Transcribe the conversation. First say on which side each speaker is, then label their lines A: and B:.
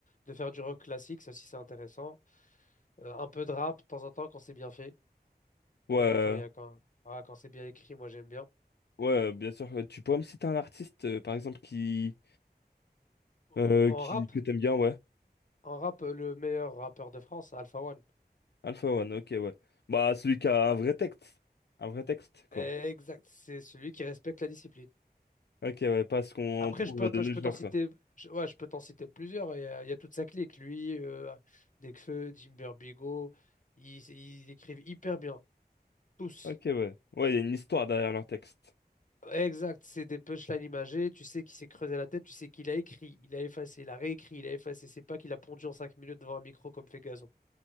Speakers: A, on the left; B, on the left.
A: de faire du rock classique, ça aussi c'est intéressant. Euh, un peu de rap de temps en temps quand c'est bien fait,
B: Ouais.
A: quand il y a, quand il y a, quand, ah, quand c'est bien écrit, moi j'aime bien.
B: Ouais, euh, bien sûr. Euh, Tu pourrais me citer un artiste, euh, par exemple, qui, euh,
A: Euh, En
B: qui
A: rap,
B: que t'aimes bien, ouais.
A: en rap, le meilleur rappeur de France, Alpha One.
B: Alpha One, ok, ouais. Bah, celui qui a un vrai texte. Un vrai texte, quoi.
A: Exact, c'est celui qui respecte la discipline.
B: Ok, ouais, pas ce qu'on
A: Après,
B: trouve
A: je peux, te-
B: de nos
A: je peux
B: jours,
A: t'en citer,
B: quoi.
A: je- ouais, je peux t'en citer plusieurs. Il y a, il y a toute sa clique. Lui, euh, Nekfeu, Jim Bigo, ils, ils écrivent hyper bien. Tous.
B: Ok, ouais. Ouais, il y a une histoire derrière leur texte.
A: Exact. C'est des punchlines imagées. Tu sais qu'il s'est creusé la tête. Tu sais qu'il a écrit, il a effacé, il a réécrit, il a effacé. C'est pas qu'il a pondu en 5 minutes devant un micro comme fait Gazon.